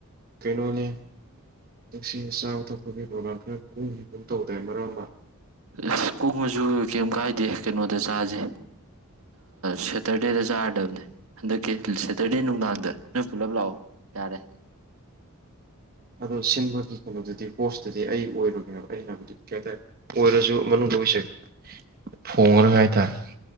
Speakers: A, on the right; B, on the right.
A: ꯀꯩꯅꯣꯅꯤ ꯆꯦꯛꯁꯤ ꯆꯥꯕ ꯊꯛꯄꯒꯤ ꯄ꯭ꯔꯣꯒ꯭ꯔꯥꯝ ꯈꯔ ꯀ ꯑꯗꯨ ꯇꯧꯗꯦ ꯃꯔꯝ ꯑꯃ
B: ꯑꯁ ꯀꯣꯃꯁꯨ ꯀꯩ ꯀꯥꯏꯗꯦ ꯀꯩꯅꯣꯗ ꯆꯥꯁꯦ ꯁꯦꯇꯔꯗꯦꯗ ꯆꯥꯔꯗꯕꯅꯦ ꯍꯟꯗꯛꯀꯤ ꯁꯦꯇꯔꯗꯦ ꯅꯨꯡꯗꯥꯡꯗ ꯅꯣꯏ ꯄꯨꯂꯞ ꯂꯥꯛꯑꯣ ꯌꯥꯔꯦ
A: ꯑꯗꯣ ꯁꯤꯟꯕꯒꯤ ꯀꯩꯅꯣꯗꯨꯗꯤ ꯄꯣꯁꯇꯨꯗꯤ ꯑꯩ ꯑꯣꯏꯔꯨꯒꯦꯕ ꯑꯩꯅ ꯍꯥꯏꯕꯨꯗꯤ ꯀꯩ ꯍꯥꯏꯇꯥꯔꯦ ꯑꯣꯏꯔꯁꯨ ꯃꯅꯨꯡꯗ ꯑꯣꯏꯁꯦ ꯐꯣꯡꯉꯔ ꯍꯥꯏ ꯇꯔꯦ